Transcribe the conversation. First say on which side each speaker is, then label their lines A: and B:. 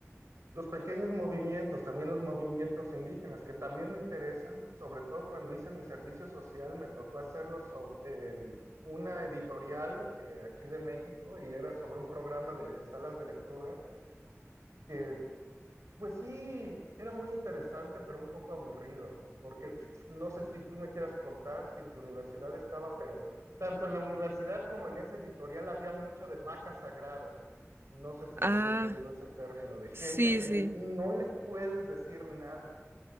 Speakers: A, on the right; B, on the right.
A: Los pequeños movimientos, también los movimientos indígenas, que también me interesan, sobre todo cuando hice mi servicio social, me tocó hacerlo so- en una editorial eh, aquí de México y era sobre un programa de salas de lectura que pues sí, era muy interesante, pero un poco aburrido, porque no sé si tú me quieras contar si en tu universidad estaba, pero tanto en la universidad como en esa editorial había mucho de vacas sagradas. No sé si
B: ah,
A: hayas oído ese término, de gente
B: sí,
A: que
B: sí.
A: n- no le puedes decir nada.